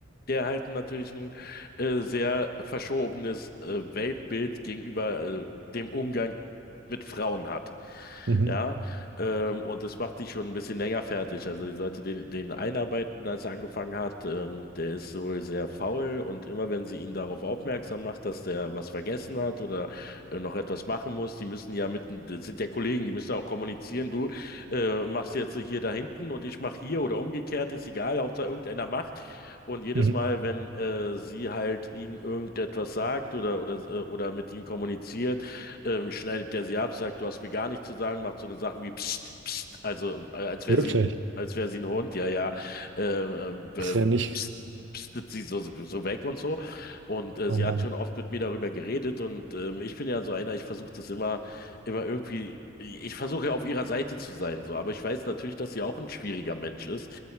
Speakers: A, on the left; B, on the right.
A: der halt natürlich ein äh, sehr verschobenes äh, Weltbild gegenüber äh, dem Umgang mit Frauen hat.
B: Mhm,
A: Ja, ähm, und das macht die schon ein bisschen länger fertig. Also die sollte den, den einarbeiten, als er angefangen hat. Ähm, der ist wohl sehr faul und immer wenn sie ihn darauf aufmerksam macht, dass der was vergessen hat oder äh, noch etwas machen muss, die müssen ja mit, das sind ja Kollegen, die müssen ja auch kommunizieren. Du äh, machst jetzt hier da hinten und ich mach hier oder umgekehrt, ist egal, Hauptsache irgendeiner macht. Und jedes
B: mhm.
A: Mal, wenn äh, sie halt ihn irgendetwas sagt oder oder äh, oder mit ihm kommuniziert, ähm, schneidet der sie ab, sagt, du hast mir gar nichts zu sagen, macht so eine Sachen wie Psst, Psst, also äh, als wäre
B: Wirklich?
A: sie, als wäre sie ein Hund, ja, ja, äh, ähm, äh,
B: Das ist ja nicht.
A: pst- pstet sie so, so weg und so. Und äh,
B: Oh
A: sie
B: Mann.
A: hat schon oft mit mir darüber geredet und ähm, ich bin ja so einer, ich versuche das immer, immer irgendwie, ich versuche ja auf ihrer Seite zu sein, so, aber ich weiß natürlich, dass sie auch ein schwieriger Mensch ist.